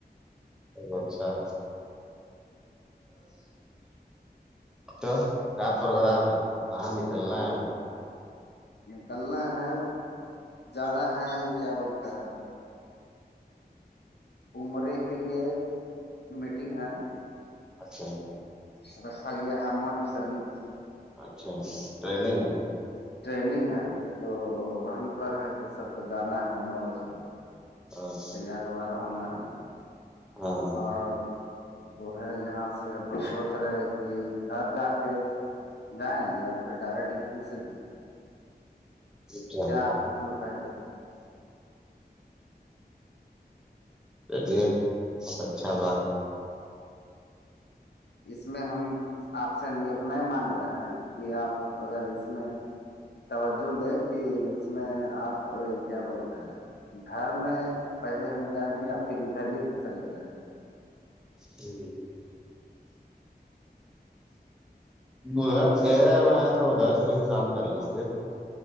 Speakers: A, in the centre; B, on the left (about 80°).
A: اچھا تو کیا پروگرام ہے کہاں نکلنا ہے ابھی
B: نکلنا ہے جانا ہے یہ کیا بولتا ہے عمرے کے لیے میٹنگ ہے
A: اچھا
B: ا را گ ہے مٹری سر میں
A: اچھا ٹریگ ہے
B: ٹریننگ ہے تو وہیں پر ہے کہ سب کو جانا ہے نو بجے
A: ہاں
B: پاروار ہونا ہے
A: ہاں،
B: اور وہ ہے یہاں سے اب سوچ رہے کہ گھر جا کے جائیں یا پھر ڈائریکٹ یہیں سے جائیں
A: اچھا
B: کیاپوس میں کہ
A: چلیے اچھا بات ہے
B: اس میں ہم آپ سے نرنے مانگ رہے ہیں کہ آپ اگر اس میں توجہ دے کہ اس میں آپ کیا بولتے ہیں گھر میں پہلے ہم جائیں گے یا پھر ادھرے سے چل جائیں
A: جی ادھر گئے ہوئے ہیں تو ادھر سے ہی کام کر لیجیے